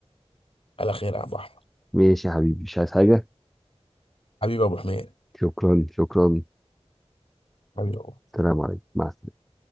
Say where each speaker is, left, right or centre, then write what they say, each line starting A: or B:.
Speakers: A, on the left (about 55°); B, in the centre.
A: على خير يا ابو احمد
B: ماشي يا حبيبي مش عايز حاجة
A: حبيبي يا ابو حميد
B: شكرا شكرا
A: حبيبي يا أبو.
B: السلام عليكم مع السلامة